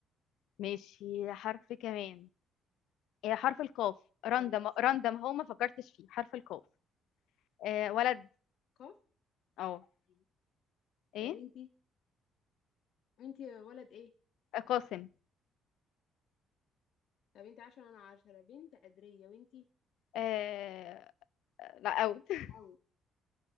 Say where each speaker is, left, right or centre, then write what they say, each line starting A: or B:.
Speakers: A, on the left; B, on the left.
A: ماشي حرف كمان إيه حرف القاف راندم
B: يلا بسرعه
A: راندم هو ما فكرتش فيه حرف القاف آه ولد
B: كفري
A: اه
B: ايه
A: ايه
B: انتي انتي ولد ايه
A: آه، قاسم
B: طب انت عشرة انا عشرة بنت قدرية وانتي
A: آه لا اوت <laughs>
B: قوي